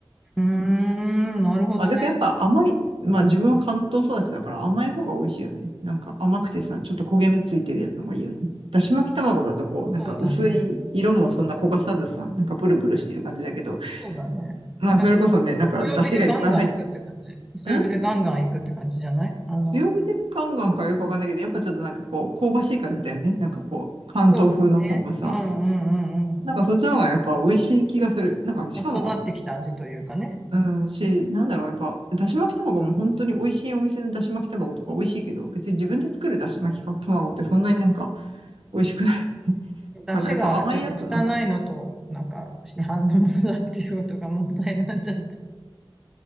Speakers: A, in the centre; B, on the right.
A: うーん、なるほどね。
B: まあ、でもやっぱ甘い、まあ自分は関東育ちだから甘い方が美味しいよね。なんか甘くてさ、ちょっと焦げ目ついてるやつの方がいいよね。だし巻き卵だとこう、なんか薄い色もそんな焦がさずさ、
A: そうだね。
B: なんかブルブルしてる感じだけど、
A: そうだね。
B: まあそれこそね、
A: なんか
B: なんか出汁がいっぱい入って、
A: 強火でガンガン行くって感じ。強火でガンガン行くって感じじゃないあの、
B: ん強火でガンガンかよくわかんないけど、やっぱちょっとなんかこう、香ばしい感じだよね。なんかこう、関東風の方がさ、
A: そうだよね。うんうんうんうん。
B: なんかそっちの方がやっぱ美味しい気がする。なんかしかも、
A: まあ、育ってきた味というかね。
B: うん、し、なんだろう、やっぱ、だし巻き卵も本当に美味しいお店のだし巻き卵とか美味しいけど、別に自分で作るだし巻き卵ってそんなになんか美味しくない
A: 出汁がちょっと汚いのと、
B: から、やっぱ甘いやつの方が
A: なんか、市販のものだっていうことが問題なんじゃない